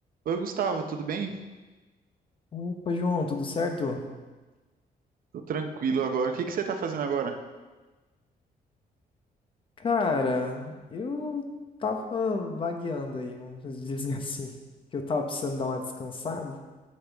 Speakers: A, on the right (about 60°); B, on the left (about 30°).
A: Oi, Gustavo, tudo bem?
B: Opa, João, tudo certo?
A: Tô tranquilo agora. O que que você está fazendo agora?
B: Cara, eu tava vagueando aí, vamos dizer <laughs> assim, que eu tava precisando dar uma descansada,